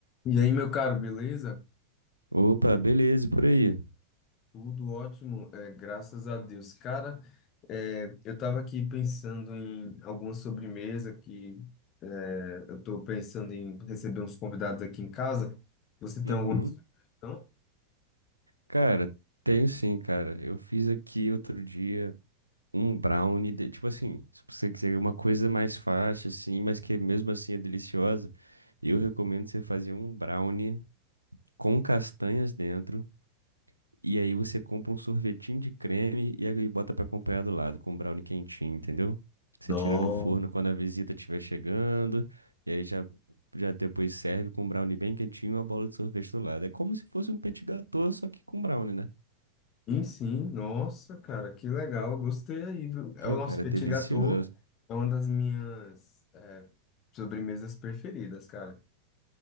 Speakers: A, on the left; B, on the right.
A: E aí, meu caro, beleza?
B: Opa, beleza, e por aí?
A: Tudo ótimo, é, graças a Deus. Cara, é, eu estava aqui pensando em alguma sobremesa que é, eu estou pensando em receber uns convidados aqui em casa. Você tem
B: Uhum.
A: alguma sugestão?
B: Cara, tenho sim, cara. Eu fiz aqui outro dia um brownie, de- tipo assim, se você quiser uma coisa mais fácil, assim, mas que mesmo assim é deliciosa, eu recomendo você fazer um brownie com castanhas dentro. E aí você compra um sorvetinho de creme e aí bota pra acompanhar do lado com um brownie quentinho, entendeu? Você
A: Não.
B: tira no forno quando a visita estiver chegando, e aí já, já depois serve com um brownie bem quentinho e uma bola de sorvete do lado. É como se fosse um petit gâteau, só que com brownie, né?
A: Sim, sim, nossa, cara, que legal, gostei aí, viu? É
B: Pô,
A: o nosso
B: cara,
A: petit
B: é delicioso.
A: gâteau, é uma das minhas é, sobremesas preferidas, cara.